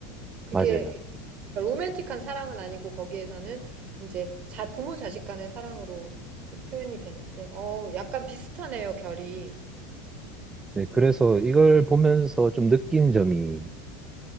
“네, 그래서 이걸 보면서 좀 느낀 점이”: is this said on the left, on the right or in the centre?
Right